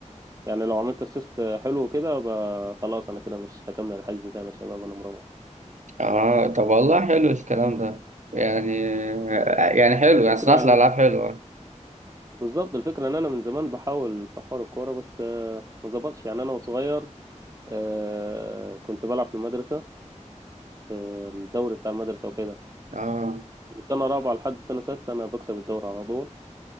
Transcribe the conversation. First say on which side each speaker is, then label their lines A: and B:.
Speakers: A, on the right; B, on the right.
A: يعني لو عملت اسيست حلو كده ب- خلاص انا كده مش هكمل الحجز تاني يا شباب انا مروح
B: اه طب والله حلو الكلام ده يعني يعني حلو
A: الفكره
B: يعني صناعة الألعاب حلوة
A: بالظبط الفكرة إن أنا من زمان بحاول في حوار الكورة بس آه، ما ظبطش يعني أنا وصغير آه، كنت بلعب في المدرسة آه، الدوري بتاع المدرسة وكده
B: اه
A: من سنة رابعة لحد سنة ستة أنا بكسب الدوري على طول